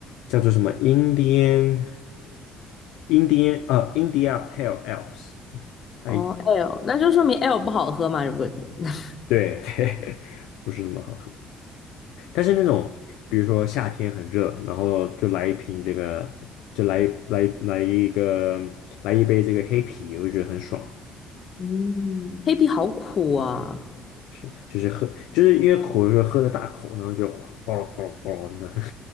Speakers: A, on the left; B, on the left.
A: 叫做什么 Indian。India n 呃，India Pale Ales，哎，
B: 哦，L，那就说明 L 不好喝嘛，如果 <laughs>
A: 对对，<laughs> 不是那么好喝。但是那种，比如说夏天很热，然后就来一瓶这个，就来来来一个来一杯这个黑啤，我就觉得很爽。
B: 嗯，黑啤好苦啊。
A: 是，就是喝，就是因为苦，就是喝的大口，然后就咕噜咕噜咕噜那种。